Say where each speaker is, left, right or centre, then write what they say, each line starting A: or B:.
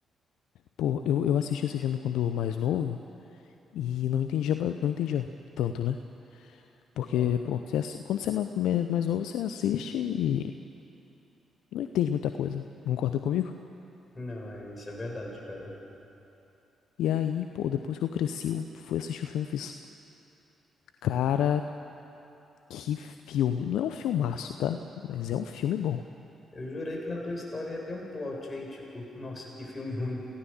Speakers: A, on the left; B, on the left.
A: pô, eu, eu assisti esse filme quando mais novo e não entendia, ba- não entendia tanto, né? Porque,
B: Ah,
A: pô, você assi- quando você é ma- me- mais novo, você assiste e não entende muita coisa. Concorda comigo?
B: Não, é isso, é verdade, cara.
A: E aí, pô, depois que eu cresci, eu fui assistir o filme e fiz. Cara, que filme. Não é um filmaço, tá? Mas é um filme bom.
B: Eu jurei que na tua história ia ter um plot aí, tipo, nossa, que filme ruim.